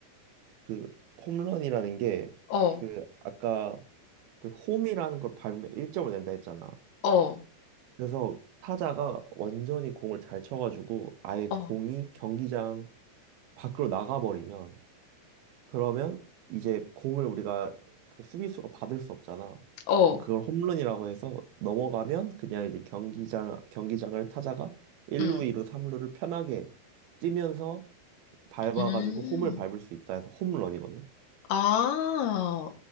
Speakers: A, on the right; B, on the left.
A: 그 홈런이라는 게
B: 어,
A: 그 아까 그 홈이라는 걸 밟으면 1점을 낸다 했잖아.
B: 어,
A: 그래서 타자가 완전히 공을 잘 쳐가지고 아예
B: 어,
A: 공이 경기장 밖으로 나가버리면 그러면 이제 공을 우리가 그 수비수가 받을 수 없잖아.
B: 어,
A: 그럼 그걸 홈런이라고 해서 넘어가면 그냥 이제 경기장 경기장을 타자가 1루,
B: 음,
A: 2루, 3루를 편하게 뛰면서 밟아가지고
B: 음,
A: 홈을 밟을 수 있다 해서 홈런이거든.
B: 아,